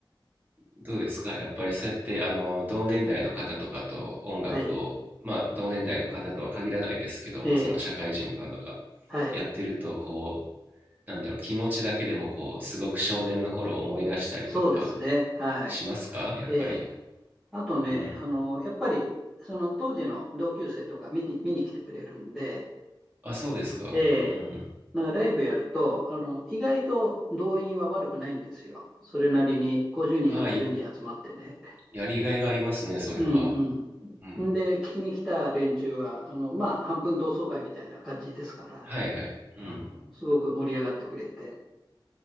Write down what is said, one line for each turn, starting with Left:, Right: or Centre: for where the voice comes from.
Right: どうですかやっぱりそうやってあの同年代の方とかと音楽を、
Centre: はい。
Right: まあ同年代の方とは限らないですけども、
Centre: えー
Right: その社会人バンドが
Centre: はい。
Right: やってると、こう、なんだろう、気持ちだけでもこう、すごく少年の頃を思い出したりとか
Centre: そうですね。はい。
Right: しますかやっぱり。
Centre: ええあとね、
Right: うん。
Centre: あの、やっぱり、その当時の同級生とか見に、見に来てくれるんで、
Right: あ、そうですか。
Centre: ええ、
Right: うん。
Centre: まあライブやると、あの、意外と動員は悪くないんですよ。それなりに50人、
Right: ああ、
Centre: 60人集まってね。
Right: いやりがいがありますね、それは。
Centre: うん
Right: うん。
Centre: うん。んで、聞きに来た連中は、あの、まあ、半分同窓会みたいな感じですから、
Right: はいはい。うん。
Centre: あの、すごく盛り上がってくれて。